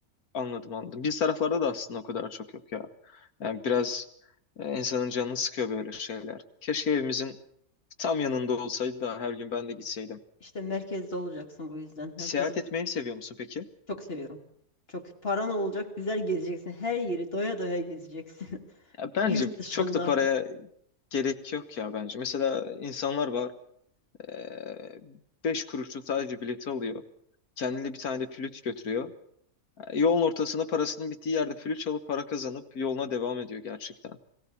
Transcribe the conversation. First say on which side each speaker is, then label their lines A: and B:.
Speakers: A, on the left; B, on the left.
A: anladım anladım. Biz taraflarda da aslında o kadar çok yok ya. Yani biraz e, insanın canını sıkıyor böyle şeyler. Keşke evimizin tam yanında olsaydı da her gün ben de gitseydim.
B: İşte merkezde olacaksın bu yüzden merkezde
A: Seyahat etmeyi seviyor musun peki?
B: çok seviyorum. Çok paran olacak güzel gezeceksin her yeri doya doya gezeceksin. <laughs>
A: Ya bence
B: Yurt dışına
A: çok da paraya Gerek yok ya bence. Mesela insanlar var. eee beş kuruşluk sadece bileti alıyor. Kendine bir tane de flüt götürüyor. Yani Yolun ortasına parasının bittiği yerde flüt çalıp para kazanıp yoluna devam ediyor gerçekten.